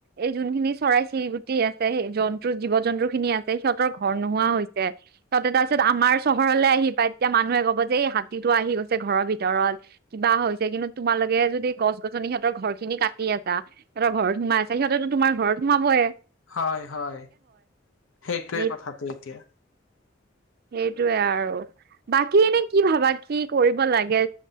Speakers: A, on the right (about 50°); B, on the left (about 85°).
A: এই যোনখিনি চৰাই চিৰি গুটি আছে স জন্তু জীৱ জন্তু খিনি আছে সিহত। ঘৰ নোহোৱা হৈছে ততে তাৰপিছত আমাৰ চহৰলৈ আহি পায় এতিয়া মানুহে যে এই হাতীতটো আহি গৈছে ঘৰৰ ভিতৰত কিবা হৈছে কিন্তু তোমালোকে যদি গছ গছনি সিহঁতৰ ঘৰ খিনি কাটি আছ সিহঁতৰ ঘৰত সোমাই আছে সিহতেতো তোমাৰ ঘৰত সোমাবইে।
B: হয় হয় সেইটোৱে
A: এই
B: কথাটো এতিয়া।
A: সেইটোৱে আৰু বাকী এনেই কি ভাবা কি কৰিব লাগে